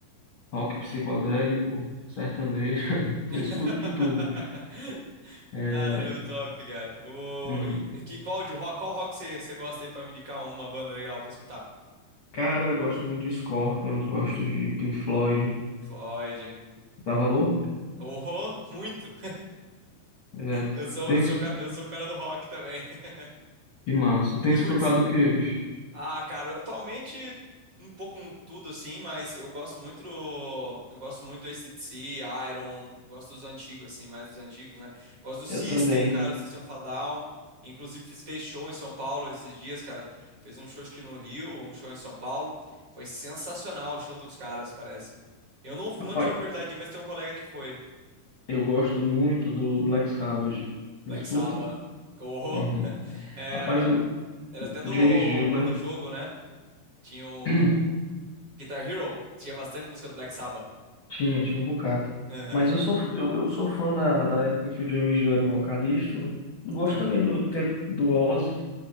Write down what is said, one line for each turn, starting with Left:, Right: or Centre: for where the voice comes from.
Left: rock psicodélico, sertanejo. <laughs>
Right: <laughs>
Left: Eu escuto de tudo, bicho. É,
Right: Caramba, top, cara. O...
Left: hum,
Right: e- Que, qual de rock? Qual rock você você gosta aí pra me indicar uma banda legal pra escutar?
Left: cara, eu gosto muito de Scorpions, gosto de de Pink Floyd.
Right: Pink Floyd.
Left: Dá valor?
Right: Oh, muito. <laughs>
Left: Pois É.
Right: Eu sou,
Left: Tem,
Right: eu
Left: es-
Right: sou, o ca- eu sou o cara do rock também. <laughs>
Left: que massa. Tem
Right: Você
Left: escutado
Right: curte,
Left: o quê, bicho?
Right: Ah, cara, atualmente um pouco com tudo assim, mas eu gosto muito do, eu gosto muito do AC/DC, Iron, eu gosto dos antigos assim, mais dos antigos, né? Gosto do System,
Left: Eu também.
Right: cara, System of a Down. Inclusive fiz, fez show em São Paulo esses dias, cara. Fez um show acho que no Rio, um show em São Paulo. Foi sensacional o show dos caras, parece. Eu não,
Left: Rapaz,
Right: não tive a oportunidade de ir, mas tem um colega que foi.
Left: eu gosto muito do Black Sabbath.
Right: Black
Left: Escuta?
Right: Sabbath, Corro.
Left: Uhum.
Right: <laughs> É,
Left: Rapaz, o
Right: era até do,
Left: James Dio, né?
Right: do jogo, né? Tinha o.
Left: <clears throat>
Right: Guitar Hero tinha bastante música do Black Sabbath.
Left: Tinha, tinha um bocado.
Right: Aham,
Left: Mas eu sou, eu, eu sou fã da, da época que o James Dio era o vocalista, né? Gosto
Right: aham.
Left: também do, do tempo do Ozzy,